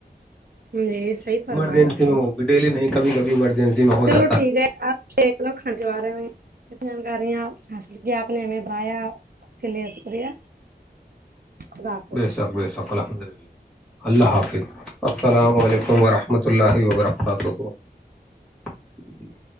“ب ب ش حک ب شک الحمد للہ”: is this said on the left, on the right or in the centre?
Centre